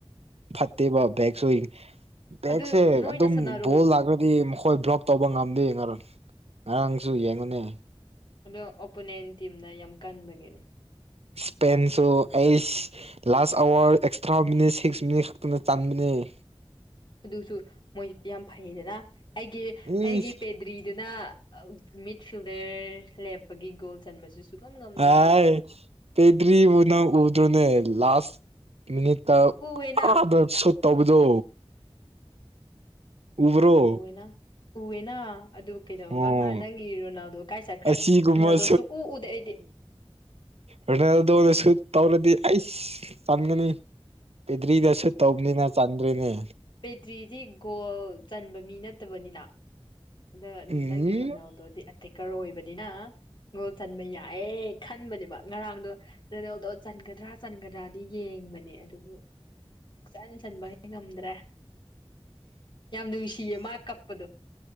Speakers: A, on the right; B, on the left.
A: ꯐꯠꯇꯦꯕ ꯕꯦꯦꯛꯁꯨ ꯕꯦꯛꯁꯦ
B: ꯑꯗꯨ ꯅꯣꯏꯅ
A: ꯑꯗꯨꯝ
B: ꯁꯥꯟꯅꯔꯣ
A: ꯕꯣꯜ ꯂꯥꯛ꯭ꯔ ꯗꯤ ꯃꯈꯣꯏ ꯕ꯭ꯂꯣꯛ ꯇꯧꯕ ꯉꯝꯗꯦ ꯉꯔꯥꯡꯁꯨ ꯌꯦꯡꯉꯨꯅꯦ
B: ꯑꯗ ꯑꯣꯄꯣꯅꯦꯟ ꯇꯤꯝꯅ ꯌꯥꯝ ꯀꯟꯕꯒꯤꯅꯦ
A: ꯁꯄꯦꯦꯟꯁꯨ ꯑꯩꯁ ꯂꯥꯁ ꯑꯋꯥꯔ ꯑꯦꯁꯇ꯭ꯔꯥꯁꯠ ꯆꯥꯟꯃꯤ
B: ꯑꯗꯨꯁꯨ ꯃꯣꯏ ꯌꯥꯝ ꯐꯩꯌꯦꯗꯅ ꯑꯩꯒꯤ
A: ꯏꯁ
B: ꯑꯩꯒꯤ ꯄꯦꯗ꯭ꯔꯤꯗꯨꯅ ꯃꯤꯗ ꯐꯤꯜꯗꯔ ꯂꯦꯞꯄꯒꯤ ꯒꯣꯜ ꯆꯟꯕꯁꯨ ꯁꯨꯛꯉꯝ ꯉꯝꯗ꯭ꯔꯦ
A: ꯑ ꯄꯩꯗ꯭ꯔꯤꯕꯨꯅ ꯎꯗꯨ꯭ꯔꯣꯅꯦ ꯂꯥꯁ ꯃꯤꯅꯤꯠꯇ
B: ꯎꯋꯦꯅ
A: ꯑ ꯁꯣ ꯇꯧꯕꯗꯣ ꯎꯕ꯭ꯔꯣ
B: ꯎꯦꯅ ꯎꯦꯅ ꯑꯗꯨ ꯀꯩꯗꯧꯕ
A: ꯑꯣ
B: ꯅꯪꯒꯤ ꯔꯣꯅꯥꯜꯗꯣ ꯀꯥꯏ ꯆꯠꯈ꯭ꯔꯦ
A: ꯑꯁꯤꯒꯨꯝꯕ
B: ꯔꯣꯅꯥꯜꯗꯣꯁꯨ ꯎ ꯎꯗꯦ ꯑꯩꯗꯤ
A: ꯔꯔꯅꯦꯜꯗꯣꯅꯁꯨ ꯇꯧꯔꯗꯤ ꯑꯩꯁ ꯆꯟꯒꯅꯤ ꯄꯦꯗ꯭ꯔꯤꯗꯁꯨ ꯇꯧꯕꯅꯤꯅ ꯆꯥꯟꯗ꯭ꯔꯤꯅꯦ
B: ꯄꯦꯇ꯭ꯔꯤꯗꯤ ꯒꯣꯜ ꯆꯟꯕ ꯃꯤ ꯅꯠꯇꯕꯅꯤꯅ ꯑꯗ
A: ꯎꯝ
B: ꯅꯪꯒꯤ ꯔꯣꯅꯥꯜꯗꯣꯗꯤ ꯑꯦꯇꯦꯛꯀꯔ ꯑꯣꯏꯕꯅꯤꯅ ꯒꯣꯜ ꯆꯟꯕ ꯌꯥꯏꯑꯌꯦ ꯈꯟꯕꯅꯦꯕ ꯉꯔꯥꯡꯗꯣ ꯔꯣꯅꯦꯜꯗꯣ ꯆꯟꯒꯗ꯭ꯔꯥ ꯆꯟꯒꯗ꯭ꯔꯥꯗꯤ ꯌꯦꯡꯕꯅꯦ ꯑꯗꯨꯕꯨ ꯁꯨꯡꯆꯟ ꯁꯟꯕ ꯉꯝꯗ꯭ꯔꯦ ꯌꯥꯝ ꯅꯨꯡꯁꯤꯌꯦ ꯃꯥ ꯀꯞꯄꯗꯣ